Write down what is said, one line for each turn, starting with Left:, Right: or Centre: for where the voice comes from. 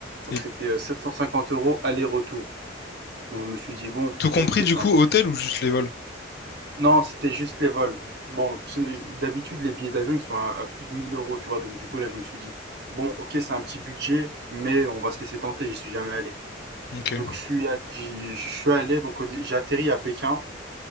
Right: Donc
Left: Et
Right: c'était euh, 750 euros aller-retour. Donc je me suis dit, bon,
Left: tout
Right: ok,
Left: compris du
Right: c'est
Left: coup,
Right: un...
Left: hôtel ou juste les vols?
Right: Non, c'était juste les vols. Bon, c'est- d'habitude, les billets d'avion, ils sont à, à plus de 1000 euros, tu vois. Donc du coup, là, je me suis dit, bon, ok, c'est un petit budget, mais on va se laisser tenter, j'y suis jamais allé.
Left: Ok.
Right: Donc je suis, allé- j'y- je suis allé, donc au dé- j'ai atterri à Pékin.